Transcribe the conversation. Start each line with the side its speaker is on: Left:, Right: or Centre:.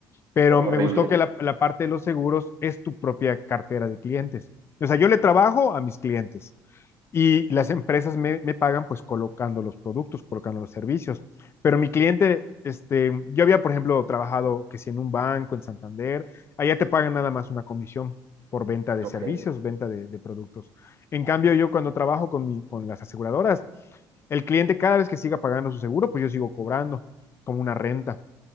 Left: Pero
Right: estaba
Left: me
Right: horrible.
Left: gustó que la, la parte de los seguros es tu propia cartera de clientes. O sea, yo le trabajo a mis clientes y las empresas me, me, pagan pues colocando los productos, colocando los servicios. Pero mi cliente, este, yo había, por ejemplo, trabajado que si en un banco, en Santander, allá te pagan nada más una comisión por venta de
Right: Ok.
Left: servicios, venta de, de productos. En cambio, yo cuando trabajo con, mi, con las aseguradoras, el cliente cada vez que siga pagando su seguro, pues yo sigo cobrando como una renta.